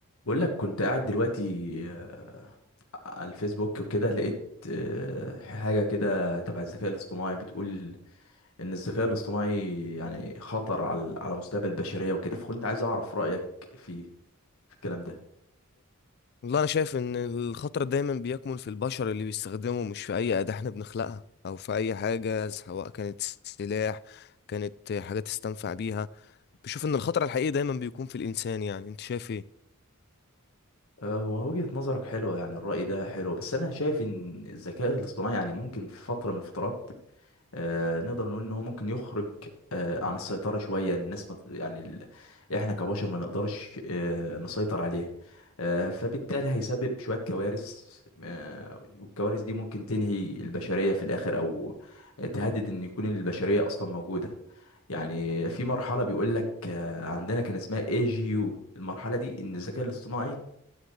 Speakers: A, on the left (about 75°); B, on the left (about 50°).
A: بقول لك كنت قاعد دلوقتي آه، على الفيسبوك وكده لقيت آه، حاجة كده تبع الذكاء الاصطناعي بتقول إن الذكاء الاصطناعي يعني خطر على على مستقبل البشرية وكده فكنت عايز أعرف رأيك فيه في الكلام ده
B: والله انا شايف ان الخطر دايما بيكمن في البشر اللي بيستخدمه مش في اي اداة احنا بنخلقها او في اي حاجة سواء كانت سلاح كانت حاجة تستنفع بيها بشوف ان الخطر الحقيقي دايما بيكون في الانسان يعني انت شايف ايه
A: آه، ووجهة نظرك حلوة يعني الرأي ده حلو بس أنا شايف إن الذكاء الاصطناعي يعني ممكن في فترة من الفترات آه، نقدر نقول ان هو ممكن يخرج آه، عن السيطرة شوية الناس ما ت- يعني ال... احنا كبشر ما نقدرش آه، نسيطر عليه آه، فبالتالي هيسبب شوية كوارث آه، والكوارث دي ممكن تنهي البشرية في الآخر أو تهدد إن يكون البشرية أصلا موجودة يعني في مرحلة بيقول لك آه، عندنا كان اسمها اي جي يو المرحلة دي إن الذكاء الاصطناعي